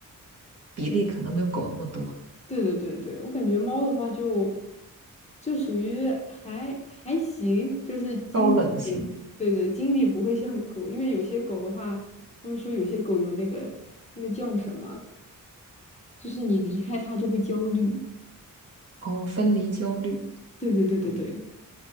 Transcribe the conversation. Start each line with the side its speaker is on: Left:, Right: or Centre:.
Right: 比例可能没有狗那么多，
Left: 对对对对，我感觉猫的话就就属于还还行，就是精力，
Right: 高冷型。
Left: 对对，精力不会像狗，因为有些狗的话，他们说有些狗有那个那个叫什么，就是你离开它就会焦虑。
Right: 哦，分离焦虑。
Left: 对对对对对